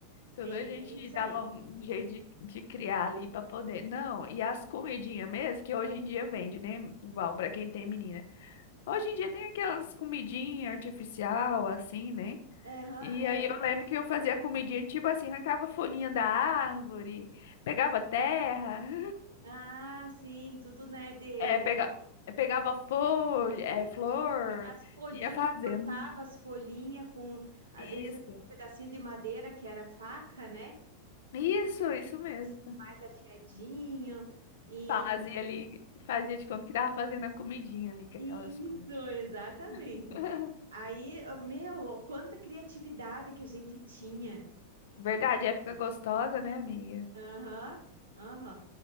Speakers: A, on the left; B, on the right.
A: Tudo
B: É
A: a gente
B: bem isso
A: dava
B: aí.
A: um jeito de, de criar ali para poder. Não, e as comidinhas mesmo, que hoje em dia vende, né? Igual para quem tem menina. Hoje em dia tem aquelas comidinhas artificial assim, né?
B: Aham,
A: E
B: é.
A: aí eu lembro que eu fazia comidinha, tipo assim, arrancava folhinha da árvore, pegava terra, <laughs>
B: Ah, sim, tudo, né, de...
A: é, pega, é, pegava folha, é,
B: Isso,
A: flor,
B: pega as folhinhas,
A: ia fazendo.
B: cortava as folhinhas com, às
A: Isso,
B: vezes, um pedacinho de madeira que era faca, né?
A: isso, isso mesmo.
B: Mas mais afiadinho. E
A: Fazia ali, fazia de conta que tava fazendo a comidinha ali com
B: isso,
A: aquelas coisas.
B: exatamente.
A: <laughs>
B: Aí, meu, quanta criatividade que a gente tinha.
A: Verdade, época gostosa, né, amiga?
B: Aham, aham.